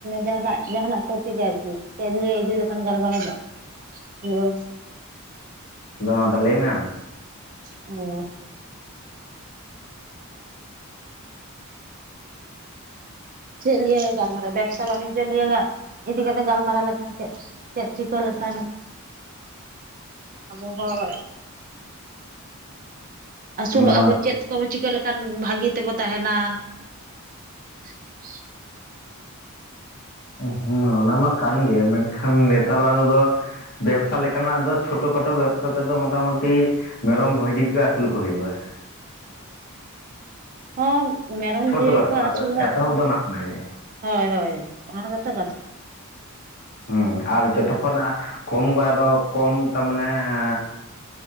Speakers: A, on the right (about 40°); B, on the left (about 45°).
A: ᱡᱟᱦᱟᱱᱟᱜ, ᱡᱟᱦᱟᱱᱟᱜ ᱴᱚᱯᱤᱤᱠ ᱟᱨᱠᱤ, ᱪᱮᱫ ᱞᱤᱭᱟᱹ ᱤᱫᱤ ᱞᱮᱠᱷᱟᱱ ᱜᱟᱞᱢᱟᱨᱟᱣ ᱦᱳᱭᱩᱜᱼᱟ᱾
B: ᱟᱫᱚ ᱚᱱᱟ ᱫᱚ ᱞᱟᱹᱭ ᱢᱮ ᱟᱢ?
A: ᱚ, ᱪᱮᱫ ᱞᱤᱭᱟᱹ ᱜᱟᱞᱢᱟᱨᱟᱣ, ᱵᱮᱵᱽᱥᱟ ᱵᱟᱱᱤᱡᱽᱡᱚ ᱱᱤᱭᱮ ᱤᱫᱤ ᱠᱟᱛᱮ, ᱜᱟᱞᱢᱟᱨᱟᱣ ᱞᱮᱠᱷᱟᱱ ᱪᱮᱫ ᱪᱮᱫ ᱪᱤᱠᱟᱹ ᱞᱮᱠᱷᱟᱱ, ᱟᱵᱚ ᱦᱚᱸ? ᱟᱹᱥᱩᱞᱚᱜ
B: ᱚᱱᱟ
A: ᱟᱵᱚ,
B: ᱢᱟ
A: ᱪᱮᱫ ᱠᱚᱵᱚ ᱪᱤᱠᱟᱹ ᱞᱮᱠᱷᱟᱱ ᱵᱷᱟᱹᱜᱤ ᱛᱮᱵᱚ ᱛᱟᱦᱮᱱᱟ? <unintelligible> <inaudible>
B: ᱦᱩᱸ ᱚᱱᱟ ᱢᱟ ᱠᱟᱱ ᱜᱮ, ᱢᱮᱱᱠᱷᱟᱱ ᱱᱮᱛᱟᱨᱟᱜ ᱨᱮᱫᱚ ᱦᱚᱭ ᱚᱠᱟ ᱞᱮᱠᱟᱱᱟᱜ ᱫᱚ ᱪᱷᱚᱴᱚ ᱠᱚᱴᱚ ᱵᱮᱵᱽᱥᱟ ᱛᱮᱫᱚ ᱢᱚᱴᱟᱢᱩᱴᱤ ᱢᱮᱨᱚᱢ ᱵᱷᱤᱰᱤ ᱠᱚ ᱟᱹᱥᱩᱞ ᱠᱚ ᱦᱩᱭᱩᱜ-ᱟ ᱾
A: ᱦᱚᱸ ᱢᱮᱨᱚᱢ
B: ᱪᱷᱳᱴᱳ
A: ᱵᱷᱤᱲᱤ
B: ᱠᱷᱟᱴᱳ
A: ᱠᱚ
B: ᱚᱱᱟ
A: ᱟᱥᱩᱞ
B: ᱫᱚ
A: ᱦᱚᱜ
B: ᱮᱛᱚᱦᱚᱵ ᱫᱚ ᱚᱱᱟ ᱠᱷᱚᱱᱟᱜ ᱜᱮ
A: ᱦᱚᱭ ᱦᱚᱭ ᱚᱱᱟ ᱜᱮᱛᱚ ᱠᱟᱛᱷᱟᱱ ᱾
B: ᱦᱩᱸ ᱟᱨ ᱡᱚᱛᱚᱠᱷᱚᱱᱟᱜ ᱠᱚᱢ ᱜᱮ ᱟᱫᱚ ᱠᱚᱢ ᱛ ᱢᱟᱱᱮ ᱟ